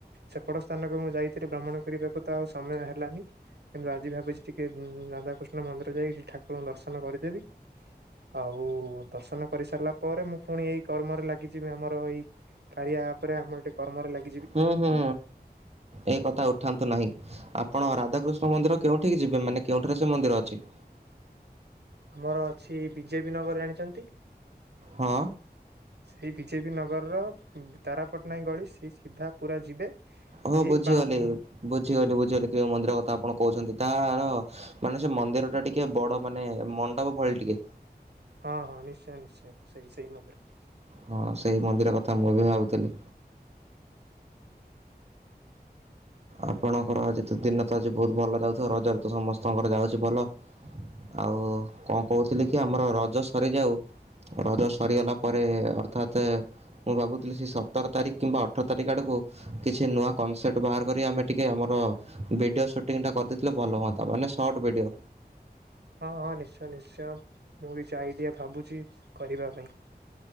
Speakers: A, on the right (about 75°); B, on the right (about 40°).
A: ସେପଟ ସ୍ଥାନକୁ ମୁଁ ଯାଇଥିଲି ଭ୍ରମଣ କରିବାକୁ ତ ଆଉ ସମୟ ହେଲାନି କିନ୍ତୁ ଆଜି ଭାବୁଛି ଟିକେ ରାଧାକୃଷ୍ଣ ମନ୍ଦିର ଯାଇକି ଟିକେ ଠାକୁରଙ୍କୁ ଦର୍ଶନ କରିଦେବି। ଆଉ ଦର୍ଶନ କରିସାରିଲା ପରେ ମୁଁ ପୁଣି ଏ କର୍ମରେ ଲାଗିଛି ବି ଆମର ଏଇ କାରିଆପରେ ଆମର ଗେ କର୍ମରେ ଲାଗି।
B: ହୁଁ ହୁଁ ଏ କଥା ଉଠାନ୍ତୁ ନାହିଁ। ଆପଣ ରାଧାକୃଷ୍ଣ ମନ୍ଦିର କେଉଠିକି ଯିବେ। ମାନେ କେଉଠାରେ ସେ ମନ୍ଦିର ଅଛି। <inaudible>
A: ଆମର ଅଛି ବିଜେପି ନଗର ଜାଣିଛନ୍ତି। <inaudible>
B: ହଁ
A: ସେଇ ବିଜେପି ନଗରର ତାରା ପଟ୍ଟନାୟକ ଗଳି ସେ ସିଧା ପୁରା ଯିବେ
B: ହଁ
A: ଠିକ
B: ବୁଝିଗଲି
A: ବାଁ ପ
B: ବୁଝିଗଲି ବୁଝିଗଲି କି ମନ୍ଦିର କଥା ଆପଣ କହୁଛନ୍ତି ତାହାର ମାନେ ସେ ମନ୍ଦିର ଟା ଟିକେ ବଡ ମାନେ ମଣ୍ଡପ ଭଳି ଟିକେ
A: ହଁ ହଁ ନିଶ୍ଚୟ ନିଶ୍ଚୟ ସେଇ ସେଇ ମନ୍ଦିର।
B: ହଁ ସେଇ ମନ୍ଦିର କଥା ମୁଁ ବି ଭାବୁଥିଲି। ଆପଣଙ୍କର ଆଜି ତ ଦିନ ତ ଆଜି ବହୁତ ଭଲ ଯାଉଥିବ ରଜରେ ତ ସମସ୍ତଙ୍କର ଯାଉଛି ଭଲ ଆଉ କଣ କହୁଥିଲି କି ଆମର ରଜ ସରିଯାଉ ରଜ ସରିଗଲା ପରେ ଅର୍ଥାତ ମୁଁ ଭାବୁଥିଲି ସେ ସତର ତାରିଖ କିମ୍ବା ଅଠର ତାରିଖ ଆଡକୁ କିଛି ନୂଆ କନସେପ୍ଟ ବାହାର। ଆମେ ଟିକେ ଆମର ଭିଡିଓ ସୁଟିଂ ଟା କରିଦେଇଥିଲେ। ଭଲ ହୁଅନ୍ତା ମାନେ ସଟ ଭିଡିଓ
A: ହଁ ହଁ ନିଶ୍ଚୟ ନିଶ୍ଚୟ ମୁଁ କିଛି ଆଇଡିଆ ଭାବୁଛି କରିବା ପାଇଁ